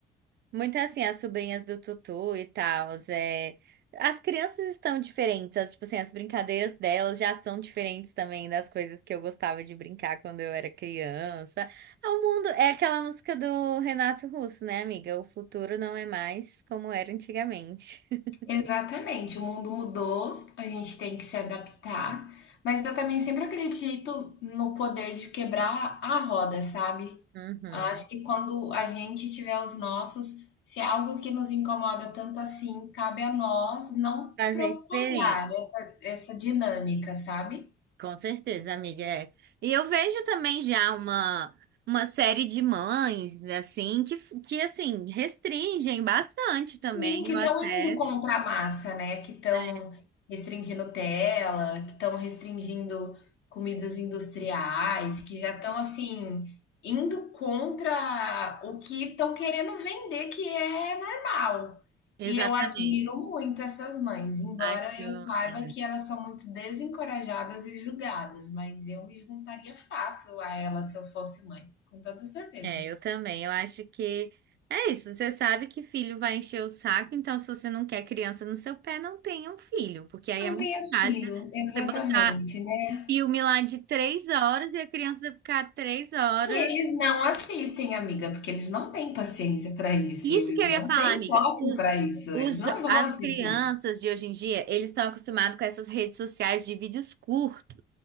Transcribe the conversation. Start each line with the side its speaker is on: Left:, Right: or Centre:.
Right: muito assim, as sobrinhas do Tutu e tal. É, as crianças estão diferentes, as, tipo assim, as brincadeiras delas já são diferentes também das coisas que eu gostava de brincar quando eu era criança. É o mundo, é aquela música do Renato Russo, né, amiga? O futuro não é mais como era antigamente. <laughs>
Left: Exatamente, o mundo mudou, a gente tem que se adaptar, mas eu também sempre acredito no poder de quebrar a roda, sabe?
Right: Uhum.
Left: Acho que quando a gente tiver os nossos, se é algo que nos incomoda tanto assim, cabe a nós não
Right: Fazer
Left: propagar
Right: diferente.
Left: essa, essa dinâmica, sabe?
Right: Com certeza, amiga. é. E eu vejo também já uma, uma série de mães, né, assim, que, que assim, restringem bastante
Left: Sim,
Right: também
Left: que
Right: o
Left: estão
Right: acesso.
Left: indo contra a massa, né, que estão
Right: É,
Left: restringindo tela, que estão restringindo comidas industriais, que já estão, assim, indo contra o que estão querendo vender, que é normal.
Right: exatamente.
Left: E eu admiro muito essas mães, embora
Right: Acho.
Left: eu saiba
Right: É,
Left: que elas são muito desencorajadas e julgadas, mas eu me juntaria fácil a elas se eu fosse mãe, com toda certeza.
Right: é, eu também. Eu acho que é isso. Você sabe que filho vai encher o saco, então se você não quer criança no seu pé, não tenha um filho, porque aí
Left: Não
Right: é muito
Left: tenha
Right: fácil
Left: filho, exatamente,
Right: você botar
Left: né.
Right: filme lá de três horas e a criança ficar três horas.
Left: E eles não assistem, amiga, porque eles não têm paciência para isso,
Right: Isso
Left: eles
Right: que eu
Left: não
Right: ia falar,
Left: têm
Right: amiga.
Left: foco
Right: Os,
Left: para isso,
Right: os,
Left: eles não
Right: jo-
Left: vão
Right: as
Left: assistir.
Right: crianças de hoje em dia, eles estão acostumados com essas redes sociais de vídeos curtos.